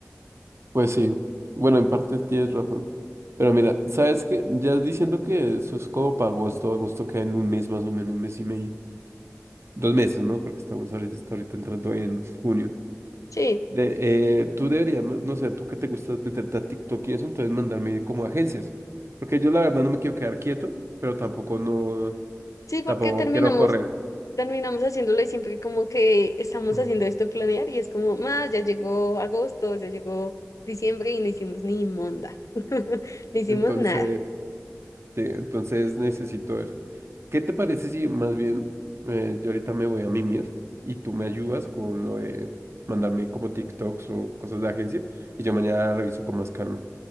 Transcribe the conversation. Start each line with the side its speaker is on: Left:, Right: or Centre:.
Right: pues sí. Bueno, en parte tienes razón. Pero mira, ¿sabes qué? Ya diciendo que eso es como para agosto, agosto queda en un mes más o menos, un mes y medio. Dos meses, ¿no? Porque estamos ahorita, hasta ahorita entrando en junio.
Left: Sí,
Right: De, eh, tú deberías, ma- no sé, tú que te gusta meterte a TikTok y eso, entonces mandarme como agencias. Porque yo la verdad no me quiero quedar quieto, pero tampoco no,
Left: sí, porque
Right: tampoco
Left: terminamos
Right: quiero correr.
Left: terminamos haciéndolo y siempre como que estamos
Right: Ujú.
Left: haciendo esto de planear y es como, más, ya llegó agosto, ya llegó diciembre y no hicimos ni monda, <laughs> no hicimos
Right: Entonces,
Left: nada.
Right: sí, entonces necesito eso. ¿Qué te parece si más bien eh, yo ahorita me voy a mimir y tú me ayudas con lo de mandarme como TikToks o cosas de agencia y yo mañana reviso con más calma?